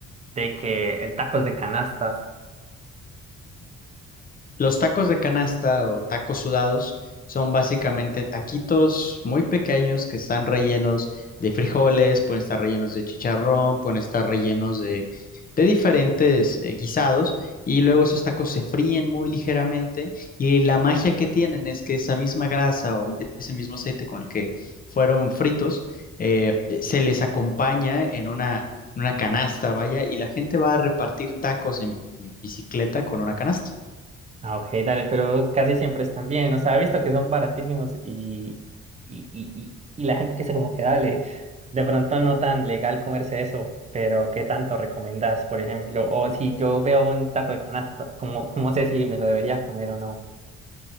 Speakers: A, on the right; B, on the left.
A: de que el tacos de canasta.
B: Los tacos de canasta o tacos sudados son básicamente taquitos muy pequeños que están rellenos de frijoles, pueden estar rellenos de chicharrón, pueden estar rellenos de, de diferentes eh, guisados y luego esos tacos se fríen muy ligeramente y la magia que tienen es que esa misma grasa o ese mismo aceite con el que fueron fritos eh, se les acompaña en una, en una canasta, vaya, y la gente va a repartir tacos en bicicleta con una canasta.
A: Ah, ok, dale, pero casi siempre están bien. O sea, he visto que son baratísimos y, y, y, y, y la gente dice como que dale, de pronto no tan legal comerse eso, pero ¿qué tanto recomendás, por ejemplo? O si yo veo un taco de canasta, ¿cómo, cómo sé si me lo debería comer o no?